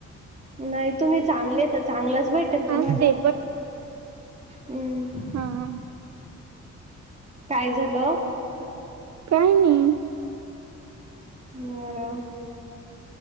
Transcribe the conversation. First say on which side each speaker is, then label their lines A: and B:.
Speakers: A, on the right; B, on the right.
A: नाही तुम्ही चांगले तर चांगलंच भेटेल तुम्हाला
B: हा ते
A: हम्
B: हा हा
A: काय झालं?
B: काय नाही
A: बरं